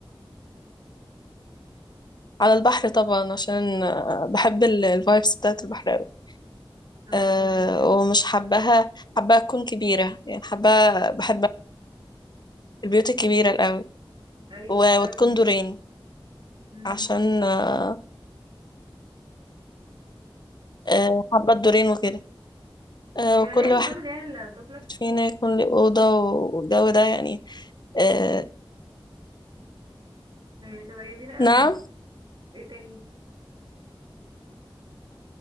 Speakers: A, on the left (about 50°); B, on the right (about 60°).
A: على البحر طبعا عشان آه، بحب الفايبس بتاعت البحر قوي
B: أنا
A: أه
B: كمان بجد
A: ومش حباها حابة أكون كبيرة يعني حابة بحب البيوت الكبيرة الأوي
B: أيوة
A: و-
B: فعلا
A: وتكون
B: جميلة
A: دورين
B: جدا مم.
A: عشان أه آه، حابة الدورين وكده أه
B: أيوة
A: وكل
B: ليه
A: واحد
B: النظام اللي هي الدوبلكس
A: فينا
B: صح؟
A: يكون له أوضة والجو ده يعني أه
B: يعني تبقى جميلة قوي
A: نعم
B: ايه تاني؟